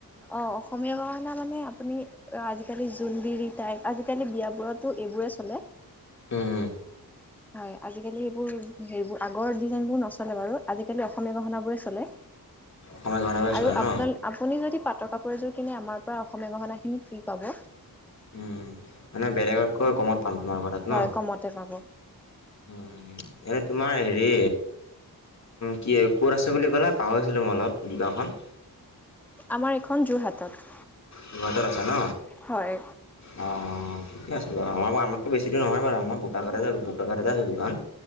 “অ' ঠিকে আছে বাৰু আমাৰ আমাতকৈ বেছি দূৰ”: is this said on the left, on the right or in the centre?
Left